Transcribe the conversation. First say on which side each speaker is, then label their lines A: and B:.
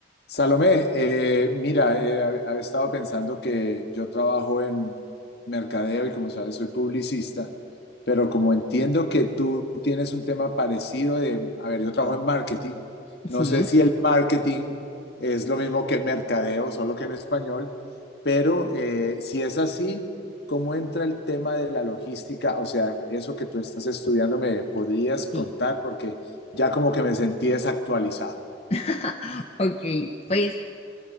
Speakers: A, on the left (about 65°); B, on the left (about 35°).
A: Salomé, eh, mira, eh, ha- había estado pensando que yo trabajo en mercadeo y como sabes soy publicista, pero como entiendo que tú tienes un tema parecido de, a ver, yo trabajo en marketing, no
B: Sí,
A: sé si el marketing es lo mismo que mercadeo, solo que en español, pero eh, si es así, ¿cómo entra el tema de la logística? O sea, eso que tú estás estudiando, ¿me podrías
B: sí.
A: contar? Porque ya como que me sentí desactualizado.
B: <laughs> Ok, pues